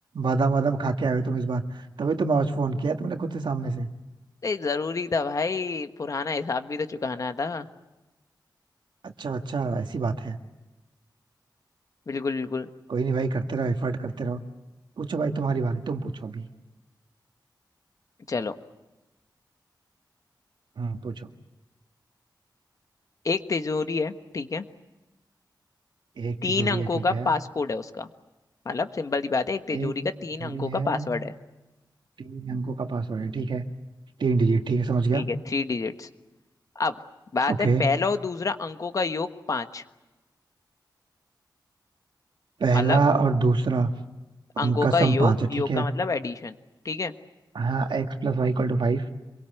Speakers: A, on the right; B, on the left.
A: बादाम वादाम खा के आए हो तुम इस बार तभी तुम आज फोन किया तुमने खुद से सामने से
B: ये जरूरी था भाई पुराना हिसाब भी तो चुकाना था
A: अच्छा अच्छा ऐसी बात है
B: बिल्कुल बिल्कुल
A: कोई नहीं भाई करते रहो एफर्ट करते रहो पूछो भाई तुम्हारी बारी तुम पूछो अभी
B: चलो
A: हाँ पूछो
B: एक तिजोरी है ठीक है
A: एक
B: तीन
A: तिजोरी
B: अंकों
A: है ठीक
B: का
A: है
B: पासकोड है उसका मतलब सिंपल सी बात है एक तिजोरी
A: एक
B: का
A: तिजोरी
B: तीन अंकों
A: है
B: का पासवर्ड है
A: तीन अंकों का पासवर्ड है ठीक है तीन डिजिट ठीक है समझ गया
B: ठीक है थ्री डिजिट्स अब बात
A: ओके
B: है पहला और दूसरा अंकों का योग पांच
A: पहला
B: मतलब
A: और दूसरा
B: अंकों
A: उनका
B: का योग
A: सम पाँच है
B: योग
A: ठीक है
B: का मतलब एडिशन ठीक है
A: हाँ x plus y equal to five